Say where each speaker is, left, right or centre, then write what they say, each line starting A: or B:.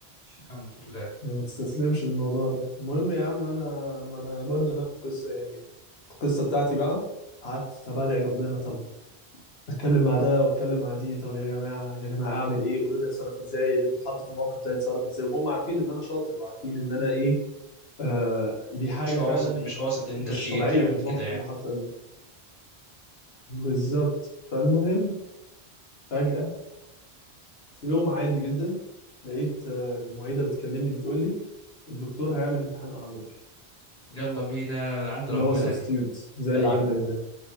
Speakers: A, on the left; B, on the left.
A: الحمد لله
B: يعني ما تستسلمش للموضوع ده المهم يا عم انا ما انا برضه نفس القصه يعني القصه بتاعتي بقى قعدت طب ادعي ربنا طب اتكلم مع ده واتكلم مع دي طب يا جماعه يا جماعه اعمل ايه قولوا لي اتصرف ازاي اللي بيتحط في الموقف ده يتصرف ازاي وهم عارفين ان انا شاطر وعارفين ان انا ايه آه دي حاجه
A: مش قاصد
B: فعلا
A: مش قاصد
B: آه
A: ان انت
B: مش
A: تيجي
B: طبيعيه
A: تعمل
B: الموقف
A: كده يعني
B: اللي حصل ده بالظبط فالمهم فجاه في يوم عادي جدا لقيت آه المعيده بتكلمني بتقول لي الدكتور هيعمل امتحان اعذار
A: يلا بينا من عند ربنا
B: اللي هو السبستيوت
A: دي
B: زي
A: ايوه
B: اللي عندك ده